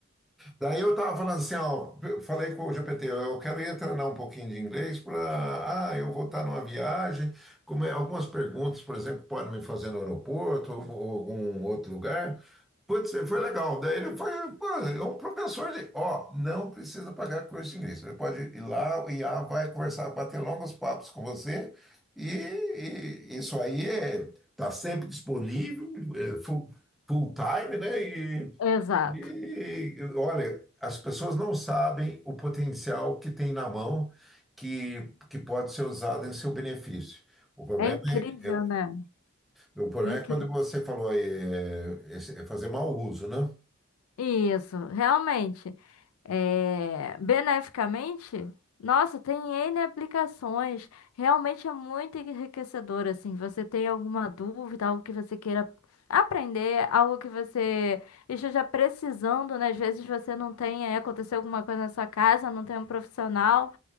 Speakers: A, in the centre; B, on the left.
A: Daí eu tava falando assim, ó, eu falei com o GPT, eu quero ir treinar um pouquinho de inglês para, ah, eu vou estar numa viagem, como é- algumas perguntas, por exemplo, que podem me fazer no aeroporto ou, ou algum outro lugar. Putz, foi legal. Daí ele foi, pô, é um professor de, ó, não precisa pagar curso de inglês. Você pode ir lá, o IA vai conversar, bater longos papos com você e, e isso aí é, tá sempre disponível, é full, full time, né?
B: Exato.
A: E, olha, as pessoas não sabem o potencial que tem na mão que, que pode ser usado em seu benefício. O problema
B: É incrível,
A: é, é-
B: né?
A: o problema
B: Incrível.
A: é quando você falou aí, é, esse- é fazer mau uso, né?
B: Isso, realmente. É... Beneficamente, nossa, tem N aplicações. Realmente é muito enriquecedor, assim. Você tem alguma dúvida, algo que você queira aprender, algo que você esteja precisando, né? Às vezes você não tem, é, aconteceu alguma coisa na sua casa, não tem um profissional.